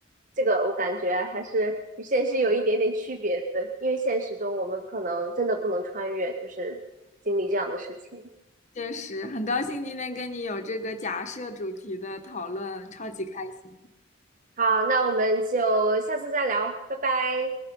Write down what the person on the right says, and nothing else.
这个我感觉还是与现实有一点点区别的，因为现实中我们可能真的不能穿越，就是经历这样的事情。
好，那我们就下次再聊，拜拜。